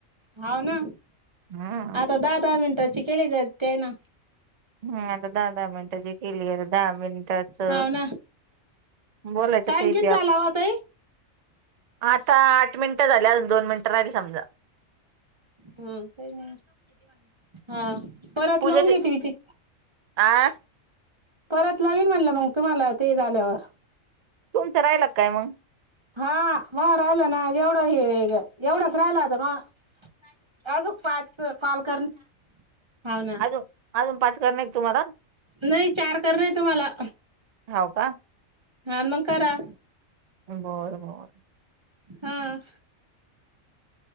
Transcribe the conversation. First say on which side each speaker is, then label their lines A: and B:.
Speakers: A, on the right (about 25°); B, on the right (about 65°).
A: होाव ना
B: हम्म.
A: आता दहा दहा मिनटाची केलेली ते ना.
B: हम आता दहा दहा मिनिटाची केली आहेता दहा मिनिट. त्याच
A: हाव ना
B: बोलायचं
A: टाइम
B: काही
A: किती
B: बी आपलं.
A: झाला हो ताई
B: आता आठ मिनिटं झाल्या दोन मिनिटं राहिली समजा.
A: हा का हा परत
B: पूजेचे
A: लावून घेते मी ति.
B: आ.
A: परत नवीन म्हणलं मग तुम्हाला ते झाल्यावर.
B: तुमचं राहिलं काय मग.
A: हा म राहिलं ना एवढं हे एवढंच राहिलं आता मग. अजून पाच कॉल कर ह ना.
B: अजून अजून पाचकार नाही एक तुम्हाला.
A: नाही चार कर नाही तुम्हाला.
B: हबा.
A: हा मग करा.
B: बर बर.
A: हा.